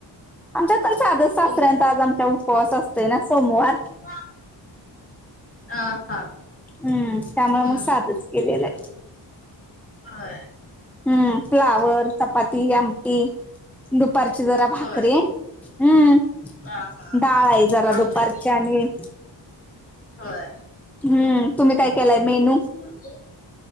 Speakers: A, in the centre; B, on the left.
A: आमच्यात पण साधच सासऱ्यांचा
B: तुम
A: आज आमच्या उपवास असतोय ना सोमवार.
B: <unintelligible> हा हा.
A: हम्म त्यामुळ
B: हम्म
A: म साधच केलेलंय.
B: होय.
A: हम्म फ्लावर, चपाती, आमटी. दुपारची जरा भाकरी,
B: होय
A: हम्म.
B: हा हा
A: डाळ आहे जरा
B: आमच्यात
A: दुपारची आणि.
B: होय
A: हम्म तुम्ही काय केलाय मेनू.
B: <unintelligible>